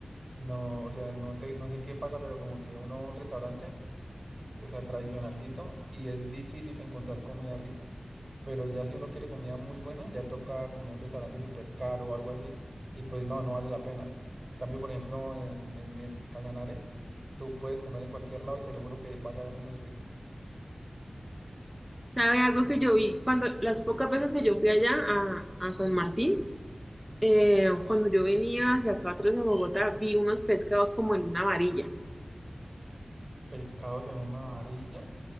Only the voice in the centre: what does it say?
¿Sabe algo que yo vi? Cuando las pocas veces que yo fui allá a, a San Martín, eh, cuando yo venía hacia acá atrás de Bogotá, vi unos pescados como en una varilla.